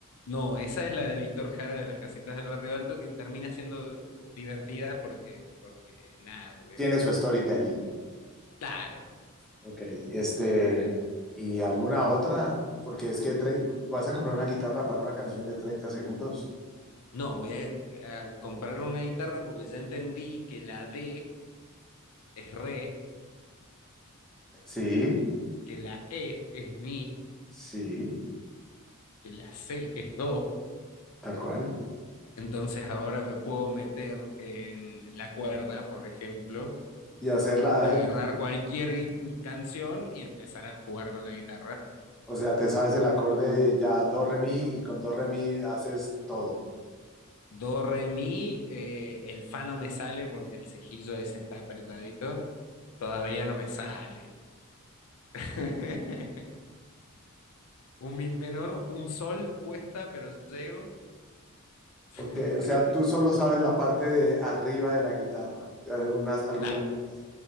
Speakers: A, on the left; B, in the centre.
A: no, esa es la de Víctor Jara de las casitas del barrio alto que termina siendo divertida porque, porque nada, porque
B: tiene
A: es
B: su storytelling.
A: Claro,
B: Ok, este, ¿y alguna otra? Porque es que tre- vas a comprar una guitarra para una canción de 30 segundos.
A: no, voy a, a comprar una guitarra porque ya entendí que la D es re,
B: Sí,
A: que la E es mi,
B: sí,
A: que la C es do.
B: tal cual.
A: Entonces ahora me puedo meter en la cuerda, por ejemplo,
B: Y hacerla,
A: agarrar
B: eh,
A: cualquier gui- canción y empezar a jugar con la guitarra.
B: o sea, te sabes el acorde ya do, re, mi, y con do, re, mi haces todo.
A: Do, re, mi, eh, el fa no me sale porque el cejillo ese está apretadito. Todavía no me sale. <laughs> Un mi menor, un sol cuesta, pero llego. <laughs>
B: Ok, o sea, tú solo sabes la parte de arriba de la guitarra, eh, unas, algunas
A: Claro,
B: notas.